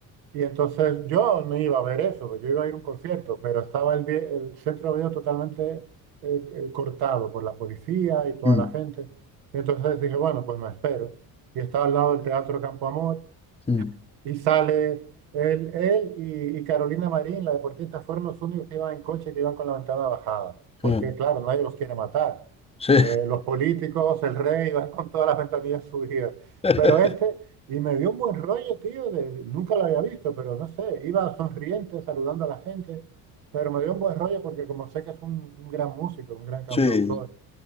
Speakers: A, on the right; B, on the left.
A: y entonces yo no iba a ver eso, yo iba a ir a un concierto, pero estaba el, vie- el centro de Oviedo totalmente eh, eh, cortado por la policía y toda
B: mm,
A: la gente, y entonces dije, bueno, pues me espero, y estaba al lado del Teatro Campo Amor,
B: mm,
A: y sale él, él y, y Carolina Marín, la deportista, fueron los únicos que iban en coche, que iban con la ventana bajada, porque
B: mm.
A: claro, nadie los quiere matar.
B: Sí.
A: Eh, los políticos, el rey, van con todas las ventanillas subidas.
B: <laughs>
A: Pero este, y me dio un buen rollo, tío, de, de- nunca lo había visto, pero no sé, iba sonriente, saludando a la gente, pero me dio un buen rollo porque como sé que es un, un gran músico, un gran cantautor,
B: Sí.